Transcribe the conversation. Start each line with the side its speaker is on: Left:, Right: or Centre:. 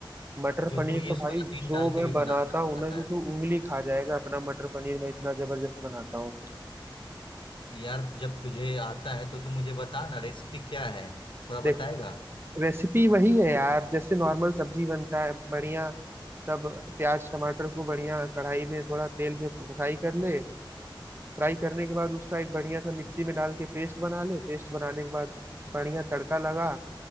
Right: मटर
Left: जो
Right: पनीर
Left: तू ये
Right: तो
Left: सोयाबीन
Right: भाई जो
Left: डाल के
Right: मैं
Left: भी
Right: बनाता
Left: बनाता
Right: हूँ ना कि
Left: है
Right: तू उंगली खा जाएगा अपना मटर पनीर मैं इतना जबरदस्त बनाता हूँ
Left: यार जब तुझे आता है तो तू मुझे बता ना रेसिपी क्या है थोड़ा
Right: देख
Left: बताएगा
Right: रेसिपी वही है यार जैसे नॉर्मल सब्जी बनता है बढ़िया सब प्याज टमाटर को बढ़िया कढ़ाई में थोड़ा तेल में फ्राई कर ले फ्राई करने के बाद उसका एक बढ़िया सा मिक्सी में डाल के पेस्ट बना ले पेस्ट बनाने के बाद बढ़िया तड़का लगा